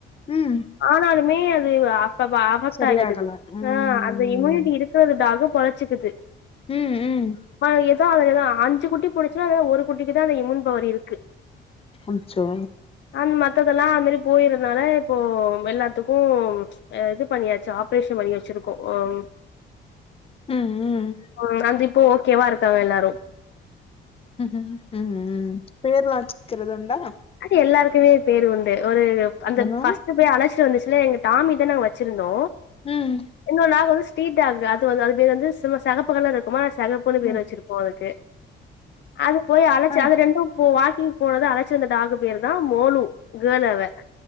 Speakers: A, on the left; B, on the left.
A: ம்
B: ஆனாலுமே அது அஃபப் அவக்ட்
A: சரியாகல
B: ஆகிடுது
A: ம்
B: ஆ அந்த இம்யூனிட்டி இரு சோ அந்த டாகு பொழச்சிக்குது
A: ம் ம்
B: ப ஏதோ அதுல எதா அஞ்சி குட்டி போடுச்சுனா ஏ யோ ஒரு குட்டிக்கிதா அந்த இமுன் பவர் இருக்கு
A: ஆச்சோ
B: அந் மத்தத்தல்லா அதுமாரி போய்றத்னால இப்போம் எல்லாத்துக்கு ஆ இது பண்ணியாச்சு ஆப்ரேஷன் பண்ணி வச்சிருக்கோ ஓம்
A: ம் ம்
B: ஒம் அந்த் இப்போ ஓகேவா இருக்காங் எல்லாரு
A: ம் ம் பேர்லா வச்க்குறத் உண்டா
B: அது எல்லார்க்குவே பேரு உண்டு ஒரு அந்தப்
A: என்ன
B: ஃபஸ் கு போய் அழைச்ட்டு வந்துச்சுலே எங்க டாமி தா நாங் வச்சிருந்தோ
A: ம் ஹு
B: இன்னொரு நாக் வந்து ஸ்ட்ரீட் டாக்கு அது வந்து அது பேர் வந்து சும்மா செகப்பு கலரு சும்மா செகப்புன்னு பேர்
A: ம்
B: வச்சிருக்கோ அதுக்கு அது போய் அழைச்ச
A: ஆ
B: அது ரெண்டும் போ வா போனது அழைச்சு வந்த டாகு பேரு தா மோலு <unintelligible>